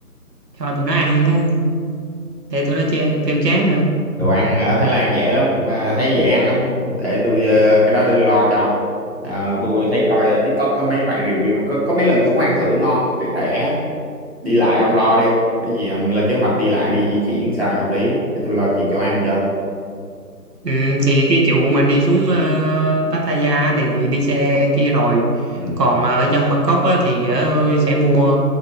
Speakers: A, on the right; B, on the right.
A: cho tụi nó ăn chứ để tụi nó che- kêu chán nữa
B: đồ ăn ở Thái Lan dễ lắm mà thấy dễ ăn lắm để tôi ờ, cái đó để lo cho Ờ, tôi thấy coi ờ, TikTok có mấy bạn review có có mấy lần tôi cũng ăn thử ngon thì thể đi lại ông lo đi cái gì ông lên kế hoạch đi lại đi di chuyển sao hợp lý để tôi lo chuyện chỗ ăn cho
A: Ừ, thì cái vụ mà đi xuống ờ, Pattaya thì thì đi xe kia rồi
B: ừ.
A: còn ờ, ở dân Bangkok á, thì ờ, sẽ mua